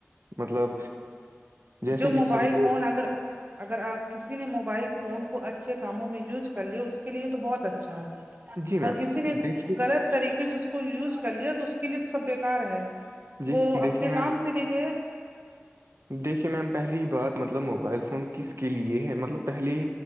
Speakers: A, on the right (about 70°); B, on the right (about 40°).
A: مطلب جیسے
B: جو
A: کہ
B: موبائل
A: سمجھو
B: فون اگر اگر آپ کسی نے موبائل فون کو اچھے کاموں میں یوز کر لیا اس کے لیے تو بہت اچھا ہے
A: جی میم
B: اور کسی نے
A: دیکھیے
B: غلط طریقے سے اس کو یوز کر لیا تو اس کے لیے تو سب بیکار ہے
A: جی
B: وہ
A: دیکھیے
B: اپنے
A: میم
B: کام سے بھی گیا
A: دیکھیے میم پہلی بات مطلب موبائل فون کس کے لیے ہے مطلب پہلے